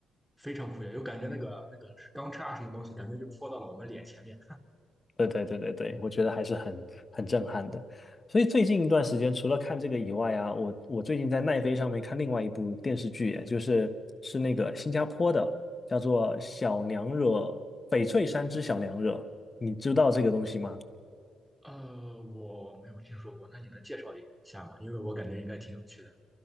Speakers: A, in the centre; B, on the left.
A: 非常酷炫，有感觉那个那个钢叉什么东西，感觉就戳到了我们脸前面。
B: 对对对对对，我觉得还是很很震撼的。所以最近一段时间，除了看这个以外啊，我我最近在奈飞上面看另外一部电视剧，就是是那个新加坡的，叫做《小娘惹》，翡翠山之小娘惹，你知道这个东西吗？
A: 呃，我没有听说过，那你能介绍一下吗？因为我感觉应该挺有趣的。